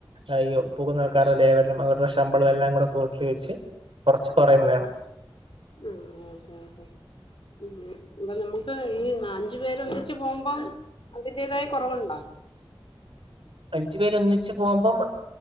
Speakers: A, on the right (about 75°); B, on the left (about 70°).
A: അയ്യൊ പോകുന്ന ആൾക്കാരുടെ <unintelligible> അവരുടെ ശമ്പളം എല്ലാം കൂടെ കൂട്ടി വെച്ച് കുറച്ച് പറയുന്നതാണ്
B: ഉം ഓക്കെ ഓക്കെ ഉ അപ്പൊ നമുക്ക് ഈ നഞ്ചു പേര് ഒന്നിച്ച് പോകുമ്പം അതിന്റേതായ കുറവുണ്ടോ
A: അഞ്ചു പേര് ഒന്നിച്ച് പോകുമ്പം